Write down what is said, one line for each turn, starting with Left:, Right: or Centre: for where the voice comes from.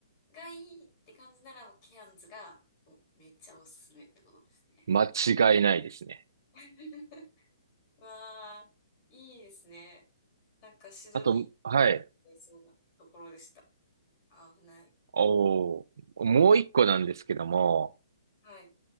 Left: がいいって感じなら、ケアンズがもうめっちゃおすすめってことですね。
Right: 間違いないですね。
Left: <laughs> わあ、いいですね。なんかシドニー、
Right: あと、はい。
Left: やれそうなところでした。危ない。
Right: おー、もう一個なんですけども、
Left: はい。